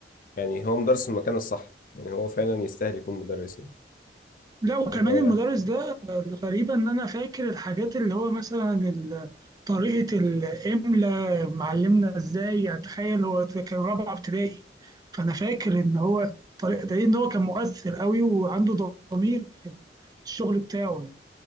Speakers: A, on the left; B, on the right.
A: يعني هو مدرس في المكان الصح يعني هو فعلا يستاهل يكون مدرسين
B: لا وكمان
A: اه
B: المدرس ده الغريبة إن أنا فاكر الحاجات اللي هو مثلا ال- طريقة الإملا معلمنا إزاي يعني تخيل هو كان رابعة ابتدائي فأنا فاكر إن هو الطريقة ده إن هو كان مؤثر قوي وعنده ضمير في الشغل بتاعه